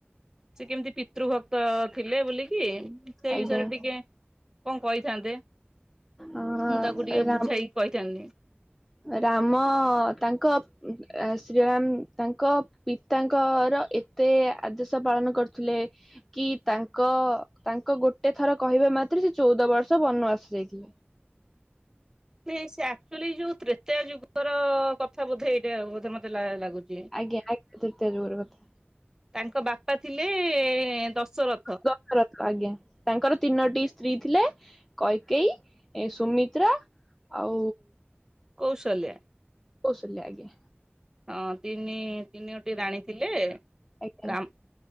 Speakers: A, on the right; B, in the centre.
A: ସେ କେମିତି ପିତୃଭକ୍ତ ଥିଲେ ବୋଲିକି ଉଁ ସେଇ
B: ଆଜ୍ଞା।
A: ବିଷୟରେ ଟିକେ କଣ କହିଥାନ୍ତେ।
B: ଅ
A: ମୁଁ ତାକୁ ଟିକେ
B: ରାମ
A: ବୁଝାଇକି କହିଥାନ୍ତି।
B: ରାମ ତାଙ୍କ ଆଁ ଶ୍ରୀରାମ ତାଙ୍କ ପିତାଙ୍କର ଏତେ ଆଦେଶ ପାଳନ କରୁଥିଲେ। କି ତାଙ୍କ ତାଙ୍କ ଗୋଟେ ଥର କହିବା ମାତ୍ରେ ସେ ଚଉଦ ବର୍ଷ ବନବାସ ଯାଇଥିଲେ।
A: ନାଇଁ ସେ ଆକ୍ଚୁଆଲି ଏଇ ଯୋଉ ତ୍ରେତୟା ଯୁଗର କଥା ବୋଧେ ଏଇଟା ବୋଧେ ମତେ ଲା-ଲାଗୁଛି।
B: ଆଜ୍ଞା ଆଜ୍ଞା ତ୍ରେତୟା ଯୁଗର କଥା।
A: ତାଙ୍କ ବାପା ଥିଲେ ଏଁ ଦଶର
B: ଦଶରଥ। ଆଜ୍ଞା ତାଙ୍କର ତିନୋଟି ସ୍ତ୍ରୀ ଥିଲେ - କୈକେଇ, ଏ ସୁମିତ୍ରା ଆଉ
A: କୌଶଲ୍ୟା।
B: କୌଶଲ୍ୟା ଆଜ୍ଞା।
A: ହଁ ତିନି ତିନୋଟି ରାଣୀ ଥିଲେ।
B: ଆଜ୍ଞା
A: ରାମ୍